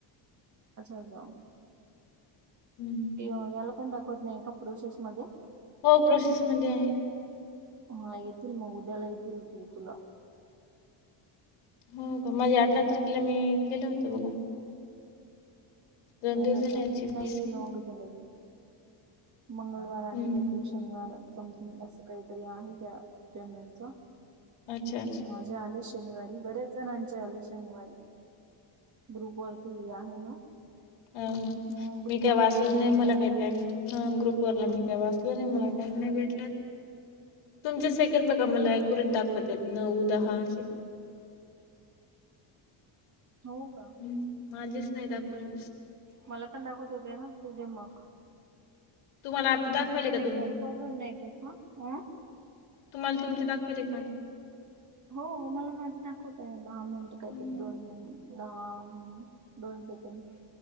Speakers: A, on the right; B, on the left.
A: अच्छाला
B: हम्म.
A: पण दाखवत नाही एका प्रोसेसमध्ये
B: हो प्रोसेसमध्ये आहे.
A: हा येतील मग उद्याला येतील. कि तुला.
B: हो का माझे. अठरा तारखेला मी केलं होतं. बघा दोन
A: अच्छा
B: दिवस
A: अच्छा
B: झाले आजची वीस
A: नाही.
B: आहे
A: लो घुधन लाग मंगळवार आणि
B: हम्म
A: शनिवार समथिंग अस काहीतरी आहे. त्या पेमेंटच
B: अच्छा्, अच्छा.
A: माझे आले शनिवारी. बऱ्याच जणांचे आले शनिवारी. ग्रुप वरती आहे ना.
B: अ ह.
A: हम्म ग्रुप
B: मी काय
A: वरती
B: वाचल
A: टाकलेला
B: नाही. मला
A: आहे
B: काय
A: ना
B: टाईम -- ह. ग्रुप वरला मी काय वाचलं
A: हम्म
B: नाही. मला टाइम नाही भेटला. तुमचे सेकंड बघा मला अक्युरेट दाखवत आहेत. नऊ दहा असे.
A: हो. का
B: हम्. माझीच नाही दाखवलीस.
A: मला पण दाखवत होते ना तुझे मग.
B: तुम्हाला आता
A: नाही
B: दाखवायले का तुमचे
A: काही प्रॉब्लेम नाही तसा. अं.
B: तुम्हाला तुमची दाखवली का?
A: हो. मला माझं दाखवतयं. दहा मिनिट काहीतरी
B: हम्म,
A: दोन मिनिट. दहा मिनिट दोन सेकंद.